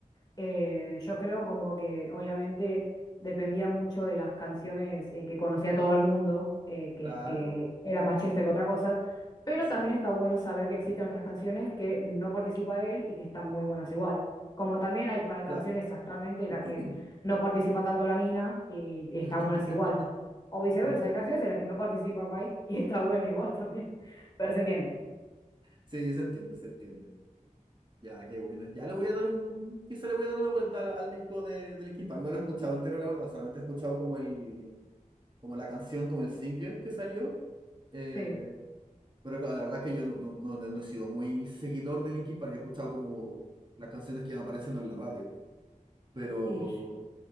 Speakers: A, on the left; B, on the right.
A: eh, yo creo como que obviamente dependía mucho de las canciones eh, que conocía todo el mundo, eh, que,
B: Claro,
A: que era más chiste que otra cosa, pero
B: sí,
A: también está bueno saber que existen otras canciones que no participa él y que están muy buenas igual. Como también hay pa- canciones
B: claro.
A: actualmente en
B: <clears throat>
A: las que no participa tanto la mina y, y están
B: <laughs>
A: buenas igual. O viceversa,
B: Ya.
A: hay canciones en las que no participa Mike y está buena igual también. <laughs> Pero se entiende.
B: Sí, se entiende, se entiende. Ya, qué buena. Ya le voy a dar un. Quizá le voy a dar una vuelta al, al disco de, de Linkin Park. No lo he escuchado entero, la verdad. Solamente he escuchado como el, como la canción, como el single que salió. eh,
A: Sí,
B: pero claro, la verdad es que yo no, no, no- no no he sido muy seguidor de Linkin Park, yo he escuchado como las canciones que iban apareciendo en la radio. Pero,
A: Y